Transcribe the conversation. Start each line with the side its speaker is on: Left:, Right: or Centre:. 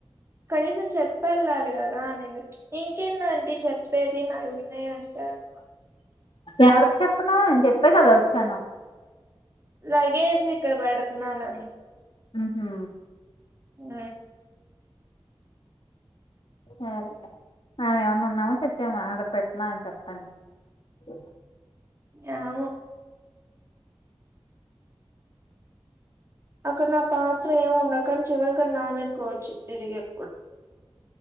Right: కనీసం చెప్పె వెళ్ళాలి కదా అనేది ఇంకేందంటడి చెప్పేది నావి ఉన్నాయి అంటే ఎక్కువ
Left: ఎవరు చెప్పను నేను చెప్పే కదా వచ్చాను
Right: లగేజ్ ఇక్కడ పెడుతున్నాను అని
Left: ఉహు
Right: ఉ
Left: సరే మనం ఎమన్నా ఉన్నామా చచ్చామా అక్కడ పెట్నా అని చెప్తాటా ఓ
Right: ఏమో అక్కడ నా పాత్ర ఏమి ఉండక్కని చివరికన్నా ఆమెను కోచ్చు తిరిగి ఎప్పుడు